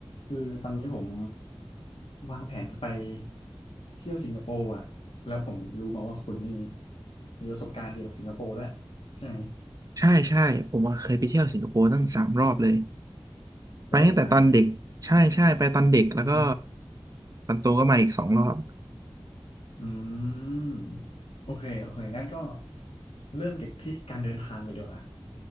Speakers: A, on the left (about 75°); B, on the right (about 35°).
A: คือตอนนี้ผมวางแผนจะไปเที่ยวสิงคโปร์อ่ะแล้วผมรู้มาว่าคุณนี่มีประสบการณ์เกี่ยวกับสิงคโปร์ด้วยใช่ไหม
B: ใช่ใช่ผมอะเคยไปเที่ยวสิงคโปร์ตั้งสามรอบเลย
A: โอ้สามที
B: ไปตั้งแต่ตอนเด็กใช่ใช่ไปตอนเด็กแล้วก็
A: อ่ะฮะ
B: ตอนโตก็มาอีกสองรอบ
A: อืมโอเคโอเคงั้นก็เริ่มจากที่การเดินทางเลยดีกว่า